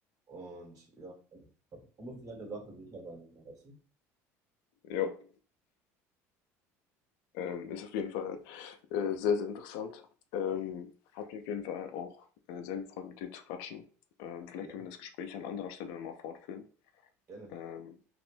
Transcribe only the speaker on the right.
Und ja, also, man muss sich halt der Sache sicher sein, weißt du?
Ja,
gerne.